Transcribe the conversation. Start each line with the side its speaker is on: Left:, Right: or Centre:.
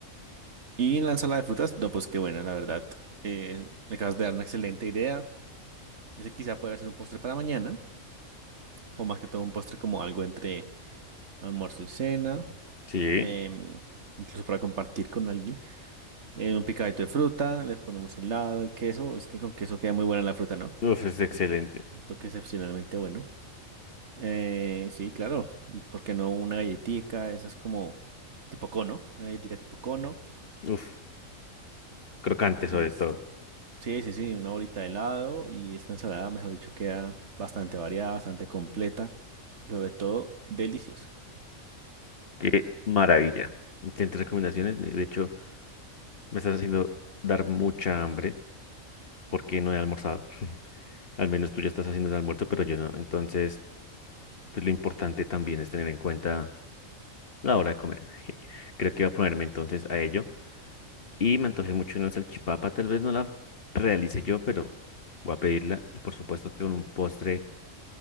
Right: Y en la ensalada de frutas, no, pues qué buena, la verdad. Eh, me acabas de dar una excelente idea. Ese quizá podría ser un postre para mañana o más que todo un postre como algo entre almuerzo y cena,
Left: Sí.
Right: em, incluso para compartir con alguien. eh, un picadito de fruta, le ponemos helado, el queso. Es que con queso queda muy buena la fruta, ¿no?
Left: Uf, es excelente.
Right: Ush, Un toque excepcionalmente bueno. Eh, sí, claro. ¿Y por qué no una galletica? Esa es como tipo cono, una galletica tipo cono.
Left: Uf, crocante
Right: Y
Left: sobre
Right: listo.
Left: todo.
Right: Sí, sí, sí, una bolita de helado y esta ensalada, mejor dicho, queda bastante variada, bastante completa y sobre todo deliciosa.
Left: Qué maravilla. Tienes recomendaciones. De hecho, me estás haciendo dar mucha hambre porque no he almorzado. <laughs> Al menos tú ya estás haciendo el almuerzo, pero yo no. Entonces, pues lo importante también es tener en cuenta la hora de comer. <laughs> Creo que voy a ponerme entonces a ello. Y me antojé mucho una salchipapa. Tal vez no la realice yo, pero voy a pedirla. Y por supuesto que con un postre